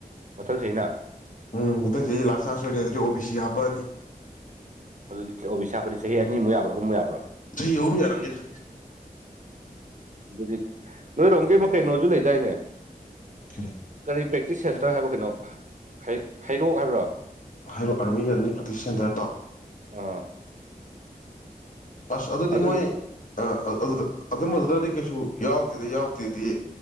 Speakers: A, on the right (about 55°); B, on the left (about 55°).
A: ꯃꯊꯛꯁꯤꯩꯅ
B: ꯎꯝ ꯃꯊꯪꯁꯤꯦ ꯑꯩ ꯂꯥꯛ ꯆꯥꯔ ꯁꯣꯏꯅꯤ ꯑꯗꯨꯗꯤ ꯑꯣ ꯕꯤ ꯁꯤ ꯍꯥꯞꯄꯛꯑꯅꯤ
A: ꯑꯗꯨꯗꯤ ꯑꯣꯕꯤꯁꯥꯈꯔꯤꯁꯦ ꯑꯅꯤꯨꯛꯕ꯭ꯔꯥꯨꯛ ꯌꯥꯕ꯭ꯔꯥ
B: ꯆꯍꯤ ꯑꯣꯕꯤ ꯌꯥꯔꯪꯒꯦꯅꯦ
A: ꯑꯗꯨꯗꯤ ꯅꯣꯏꯔꯣꯝꯒꯤ ꯃꯈ ꯀꯩꯅꯣꯁꯨ ꯂꯩꯗꯥꯏꯅꯦ
B: ꯆꯔ
A: ꯀꯔꯤ ꯄ꯭ꯔꯦꯛꯇꯤꯁ ꯁꯦꯟꯇꯔ ꯍꯥꯏꯕ ꯀꯩꯅꯣ ꯍꯩꯔꯣꯛ ꯍꯥꯏꯕ꯭ꯔꯣ
B: ꯍꯥꯏꯔꯣ ꯑꯥꯔꯃꯤ ꯔꯟꯅꯤ ꯄ꯭ꯔꯇꯤꯁ ꯁꯦꯟꯇꯔꯗꯣ
A: ꯑꯥ
B: ꯑꯁ ꯑꯗꯨꯗꯤ
A: ꯑꯗꯨ
B: ꯃꯣꯏ ꯑꯗꯨꯗ ꯑꯗꯨꯝꯕꯗꯨꯗꯗꯤ ꯀꯩꯁꯨ ꯌꯥꯎꯗꯦꯗꯤ ꯌꯥꯎꯗꯦꯗꯤ